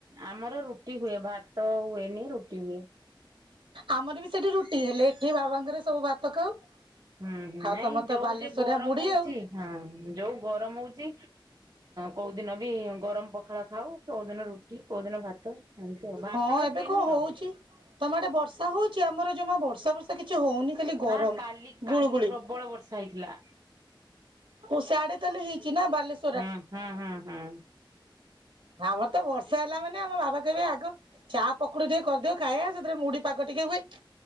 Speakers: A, on the right (about 50°); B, on the right (about 80°).
A: ଆମର ରୁଟି ହୁଏ। ଭାତ ହୁଏନି ରୁଟି ହୁଏ।
B: ଆମର ବି ସେଠି ରୁଟି, ହେଲେ ଏଠି ବାବାଙ୍କଘରେ ସବୁ ଭାତ ଖାଉ।
A: ହୁଁ ହୁଁ
B: ଆଉ
A: ନାଇଁ
B: ତମର
A: ଯୋଉ
B: ତ ବାଲେଶ୍ଵରିଆ
A: ଯେ ଗରମ
B: ମୁଢି
A: ହଉଛି
B: ଆଉ
A: ହଁ ଯୋଉ ଗରମ ହଉଛି କୋଉ ଦିନ ବି ଗରମ ପଖାଳ ଖାଉ। କୋଉ ଦିନ ରୁଟି କୋଉ ଦିନ ଭାତ ଏମିତି ଆଉ ଭାତ
B: ହଁ
A: ଟା
B: ଏବେ
A: ହୁଏନି
B: କଣ ହଉଛି?
A: ଆଉ।
B: ତମ ଆଡେ ବର୍ଷା ହଉଛି ଆମର ଜମା ବର୍ଷା ବର୍ଷା କିଛି ହଉନି। ଖାଲି ଗରମ
A: ନା କାଲି କାଲି
B: ଗୁଳୁଗୁଳି।
A: ପ୍ରବଳ ବର୍ଷା ହେଇଥିଲା।
B: ଓ ସିଆଡେ ତାହେଲେ ହେଇଛି ନା ବାଲେଶ
A: ହୁଁ ହୁଁ ହୁଁ ହୁଁ।
B: ଆମର ତ ବର୍ଷା ହେଲା ମାନେ ଆମ ବାବା କହିବେ ଆଗ ଚା ପକୁଡି ଟିକେ କରିଦିଅ ଖାଇବା ସେଥିରେ ମୁଢି ପାଗ ଟିକେ ହୁଏ।